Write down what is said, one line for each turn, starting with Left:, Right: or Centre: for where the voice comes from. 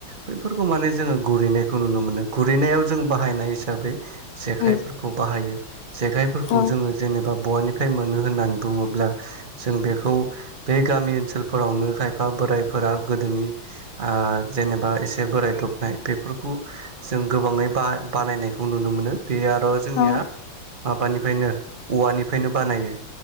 Right: बैफोरखौ माने जोङो गुरैनायखौ नुनो मोनो गुरैनायाव जों बाहायनाय हिसाबै जेखाइफोरखौ
Left: उम
Right: बाहायो जेखाइफोरखौ
Left: औ
Right: जोङो जेनेबा बहानिफ्राय मोनो होननानै बुङोब्ला जों बेखौ बे गामि ओनसोलफोरावनो खायफा बोरायफोरा गोदोनि आ आं जेनेबा एसे बोराय दबनाय बेफोरखौ जों गोबाङै बा-बानायनायखौ नुनो मोनो बे आर' जोंनिया
Left: औ
Right: माबानिफ्रायनो औवानिफ्रायनो बानायो